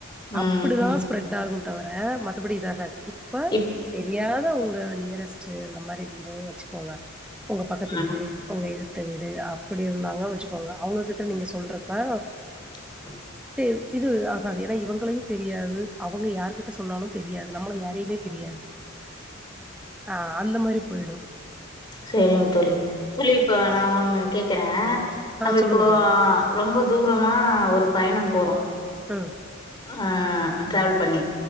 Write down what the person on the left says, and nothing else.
ம்
ம்
இப்
ம்
<inaudible>
செரிங்க தோழி தோழி இப்ப நா ஒண்ணு கேக்குறே
நம்ம
இப்போ
ரொம்ப தூரமா ஒரு பயணம் போறோ
ஆ ட்ராவல் பண்ணி